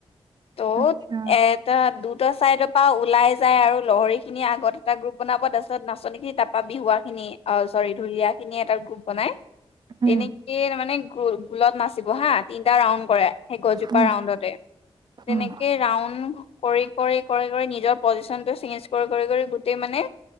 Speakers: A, on the left; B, on the right.
A: তত'
B: আচ্ছা।
A: এটা দুট ত চাই দপা ওলাই যায় আৰু লহৰিখিনি আগত এটা গ্ৰুপ বনাব তাৰ পিছত নাচনিখিনি তাৰপা বিহুৱা খিনি অ চৰি ঢুলীয়াখিনিয়ে এটা গ্ৰুপ বনাই
B: হুম,
A: তেনেকে মানে গোল গোলত নাচিব হা তিনিটা ৰাউণ্ড কৰে সেই গছজোপাৰ
B: হুম,
A: ৰাউণ্ডতে তেনেকে
B: হুম,
A: ৰাউণ্ড কৰি কৰি কৰি কৰি নিজৰ পজিচন টো চেইঞ্জ কৰি কৰি গোটেই মানে